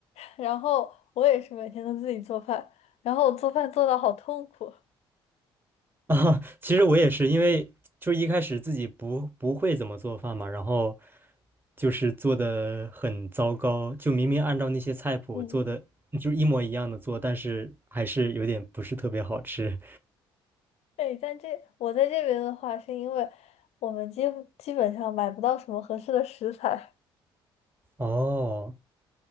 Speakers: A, on the left (about 60°); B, on the right (about 15°).
A: 然后我也是每天都自己做饭，然后我做饭做到好痛苦，
B: 啊，<laughs> 其实我也是，因为就是一开始自己不不会怎么做饭嘛，然后就是做的很糟糕，就明明按照那些菜谱做的，
A: 嗯。
B: 就是一模一样的做，但是还是有点不是特别好吃。
A: 对，但这我在这边的话，是因为我们基基本上买不到什么合适的食材，
B: 哦，